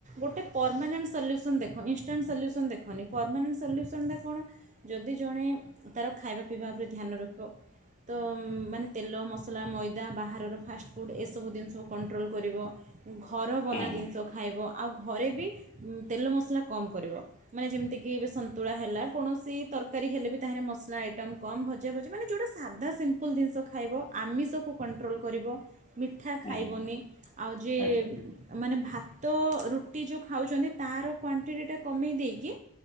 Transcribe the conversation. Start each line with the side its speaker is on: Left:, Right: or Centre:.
Right: ଗୋଟେ ପରମାନେଣ୍ଟ୍ ସଲ୍ୟୁସନ୍ ଦେଖ ଇନଷ୍ଟାଣ୍ଟ୍ ସଲ୍ୟୁସନ୍ ଦେଖନି ପରମାନେଣ୍ଟ୍ ସଲ୍ୟୁସନଟା କଣ ଯଦି ଜଣେ ତାର ଖାଇବା ପିଇବା ଉପରେ ଧ୍ୟାନ ରଖିବ ତ ମାନେ ତେଲ, ମସଲା, ମଇଦା ବାହାରର ଫାଷ୍ଟଫୁଡ଼୍ ଏସବୁ ଜିନିଷକୁ କଣ୍ଟ୍ରୋଲ କରିବ ଘର ବନା
Left: ହୁଁ
Right: ଦିନିଷ ଖାଇବ ଆଉ ଘରେ ବି ଉଁ ତେଲ ମସଲା କମ୍ କରିବ। ମାନେ ଯେମତିକି ଏବେ ସନ୍ତୁଳା ହେଲା କୌଣସି ତରକାରୀ ହେଲେ ବି ତାହିରେ ମସଲା ଆଇଟମ୍ କମ ଭଜାଭଜି ମାନେ ଯେଉଟା ସା ଧା ସିମ୍ପଲ୍ ଜିନିଷ ଖାଇବ ଆମିଷକୁ କଣ୍ଟ୍ରୋଲ୍ କରିବ। ମିଠା
Left: ହୁଁ
Right: ଖାଇବନି ଆଉ ଯିଏ
Left: ଆଜ୍ଞା
Right: ମାନେ ଭାତ, ରୁଟି ଯୋଉ ଖାଉଚନ୍ତି ତାର କ୍ଵାଣ୍ଟିଟିଟା କମେଇ ଦେଇକି